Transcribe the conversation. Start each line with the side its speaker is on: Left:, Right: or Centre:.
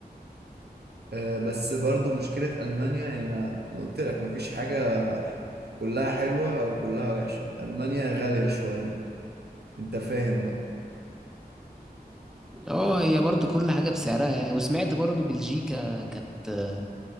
Right: آه، بس برضو مشكلة ألمانيا يعني أنا أنا قلت لك مفيش حاجة كلها حلوة أو كلها وحشة ألمانيا غالية شوية أنت فاهم بقى
Centre: اه هي برضو كل حاجة بسعرها يعني. وسمعت برضو بلجيكا كانت آه،